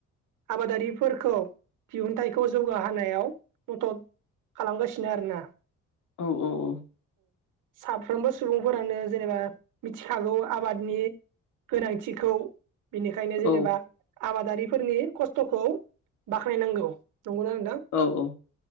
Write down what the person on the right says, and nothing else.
आबादारिफोरखौ दिहुनथाइखौ जौगाहोनायाव मदद। खालामगासिनो आरोना?
साफ्रोमबो सुबुंफोरानो जेनेबा मिथिखागौ आबादनि। गोनांथिखौ बेनिखायनो
जेनेबा आबादारिफोरनि खस्थ'खौ बाख्नायनांगौ। नंगौना नोंथां